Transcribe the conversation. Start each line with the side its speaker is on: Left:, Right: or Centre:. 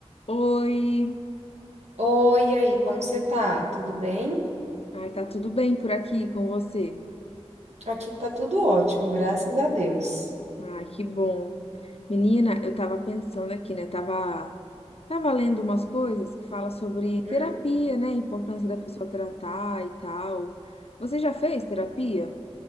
Left: Oi,
Right: Oi, e aí, como você tá? Tudo bem?
Left: ai, tá tudo bem por aqui com você?
Right: Aqui tá tudo ótimo, graças a Deus.
Left: Ah, que bom. Menina, eu tava pensando aqui, né? Tava, tava lendo umas coisas que fala sobre terapia,
Right: Hum?
Left: né? A importância da pessoa tratar e tal. Você já fez terapia?